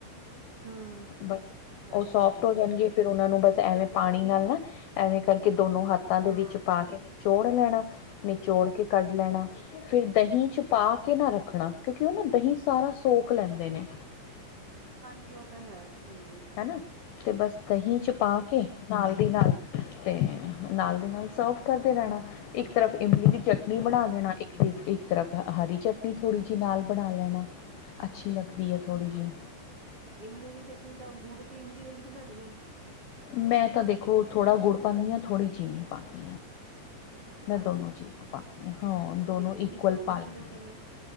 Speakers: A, on the right (about 40°); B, on the left (about 80°).
A: ਹਮ
B: ਬਸ ਉਹ
A: ਅੱਛਾ
B: ਸੋਫਟ
A: ਜੀ
B: ਹੋ ਜਾਣਗੇ, ਤ ਫਿਰ ਉਹਨਾਂ ਨੂੰ ਬਸ ਐਵੇਂ ਪਾਣੀ ਨਾਲ ਨਾ, ਐਵੇਂ ਕਰਕੇ ਦੋਨੋ ਹੱਥਾਂ ਦੇ
A: ਹਾਂ
B: ਵਿੱਚ ਪਾ ਕੇ ਨਿਚੋੜ ਲੈਣਾ, ਨਿਚੋੜ ਕੇ ਕੱਢ ਲੈਣਾ। ਫਿਰ ਦਹੀਂ ਚ ਪਾ ਕੇ ਨਾ ਰੱਖਣਾ, ਕਿਉਂਕਿ ਉਹ ਨਾ ਦਹੀਂ ਸਾਰਾ ਸੋਕ ਲੈਂਦੇ ਨੇ।
A: ਹਾਂਜੀ, ਉਹ ਤਾਂ ਹੈ ਹੂੰ।
B: ਹੈਨਾ, ਤੇ ਬਸ ਦਹੀਂ 'ਚ ਪਾ ਕੇਂ ਨਾਲ ਦੀ ਨਾਲ ਤੇ ਨਾਲ ਦੀ ਨਾਲ ਸਰਵ ਕਰਦੇ ਰਹਿਣਾਂ। ਇੱਕ ਤਰਫ਼ ਇਮਲੀ ਦੀ ਚਟਨੀ
A: ਹਾਂਜੀ
B: ਬਣਾ ਦੇਣਾ, ਇੱਕ ਦੇ ਇੱਕ ਤਰਫ਼ ਹਰੀ ਚਟਨੀ ਥੋੜ੍ਹੀ ਜਿਹੀ ਨਾਲ ਬਣਾ ਲੈਣਾ, ਅੱਛੀ ਲੱਗਦੀ ਐ ਥੋੜ੍ਹੀ ਜੀ।
A: ਇਮਲੀ ਦੀ ਚਟਨੀ ਤਾਂ ਉਹ ਗੁੜ ਤੇ ਇਮਲੀ ਵਲੀ ਬਣਾਉਣੀ ਹੈਏ?
B: ਮੈਂ ਤਾਂ ਦੇਖੋਂ ਥੋੜ੍ਹਾ ਗੁੜ ਪਾਉਂਨੀ ਆ, ਥੋੜ੍ਹੀ ਚੀਨੀ ਪਾਉਂਨੀ ਆ‌। ਮੈਂ ਦੋਨੋ
A: ਅੱਛਾ
B: ਚੀਜ਼ਾਂ ਪਾਨੀ ਆ, ਹਾਂ ਦੋਨੋ
A: ਤੇ ਇਮਲੀ
B: ਇਕੁਅਲ
A: ਭਿਓ
B: ਪਾ
A: ਕੇ ਰੱਖਦੇ
B: ਲੈਂਨੀ
A: ਹੋ ਪਹਿਲੇ
B: ਆ।